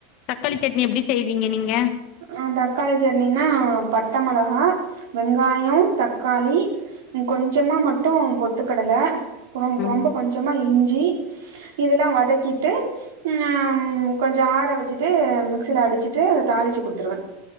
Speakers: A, on the left; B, on the right.
A: தக்காளி சட்னி எப்டி செய்வீங்க நீங்க
B: ஆ தக்காளி சட்னின்னா பட்ட மெளகா வெங்காயோ தக்காளி கொஞ்சமா மட்டு பொட்டுக்கடல ரொம்
A: ம்
B: ரொம்ப கொஞ்சமா இஞ்சி இதெல்லா வதக்கிட்டு ம் கொஞ்ச ஆற வச்சுட்டு மிக்சில அடிச்சிட்டு தாளிச்சு கொடுத்துருவ